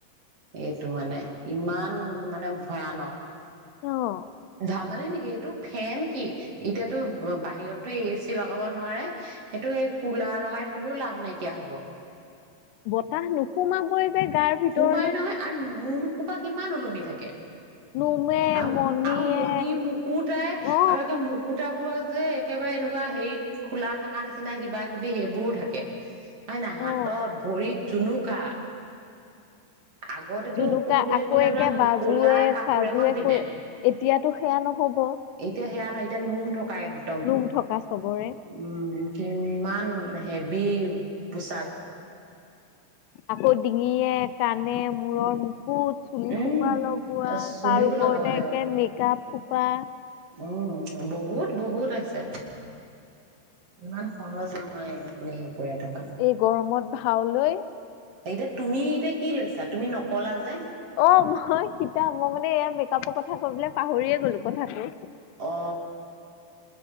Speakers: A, on the right (about 40°); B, on the left (about 85°).
A: এইটো মানে ইমান মানে ভয়ানক
B: অ।
A: ধেমালি নেকি এইটো ফেন কি এতিয়াতো বাহিৰততো এ চি লগাব নোৱাৰে সেইটো এই কুলাৰ লগাই থলেও লাভ নাইকিয়া হব।
B: বতাহ নোসুমাবই যে গাৰ ভিতৰত।
A: তই নহয় আৰু নোম। সোপা কিমান ওলমি থাকে।
B: নোমে
A: আৰু
B: মণিয়ে
A: আৰু মণি মুকুটাই
B: অ
A: আৰু একে মুকুতাবোৰত যে একেবাৰে এনেকুৱা হেৰি খোলা থাকা নিচিনা কিবা কিবি সেইবোৰো থাকে। হয় নাই
B: অ
A: হাতত ভৰিত জুনুকা। আগতেতো
B: জুলুকা
A: অসুৰ বুলি
B: আকৌ
A: ক'লে
B: একে
A: ধৰা
B: বাজোৱে
A: কলা কাপোৰ
B: চাজোৱে
A: এখন পিন্ধে
B: ক' এতিয়াতো সেয়া নহ'ব।
A: এতিয়া সেয়া এতিয়া নোম থ কা একদম
B: নোম থকা চবৰে
A: উম কিমান হে বিউ পোছাক
B: আকৌ ডিঙিয়ে কা মানে মূৰৰ মুকুত। চুলি
A: উম
B: সোপা লগোৱা
A: চুলিও
B: তাৰ ওপৰতে
A: লগাব লাগিব
B: একে মেকআপ বা
A: উম বহুত বহুত আছে ইমান সহজ নহয় এইখিনি থকা
B: এই গৰমত ভাও লৈ
A: এতিয়া তুমি এতিয়া কি লৈছা তুমি ন ক'লা যে
B: অহ মই সীতা মই মানে এয়া মেকআপৰ কথা কথা কবলে পাহৰিয়ে গ'লো কথাটো
A: অ